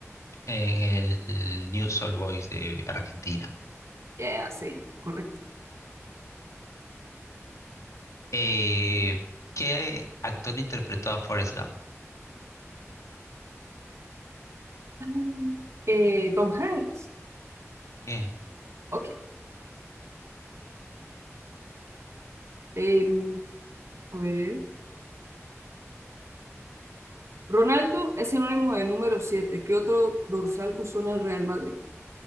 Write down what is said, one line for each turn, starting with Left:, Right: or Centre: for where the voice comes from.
Left: en el New Soul Boys de Argentina.
Right: Ya, sí, correcto.
Left: Eh, ¿qué actor interpretó a Forrest Gump?
Right: Ah, eh, Tom Hanks.
Left: Bien,
Right: Ok. Eh, a ver. Ronaldo es sinónimo de número siete ¿Qué otro dorsal usó en el Real Madrid?